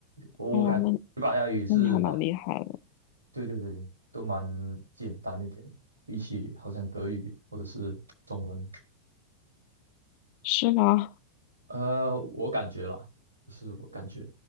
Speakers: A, on the right (about 75°); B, on the left (about 45°).
A: 我感觉西班牙语是蛮，
B: 哦，那那你还蛮厉害的，
A: 对对对，都蛮简单一点的比起好像德语或者是中文，
B: 是吗？
A: 呃，我感觉啦，就是我感觉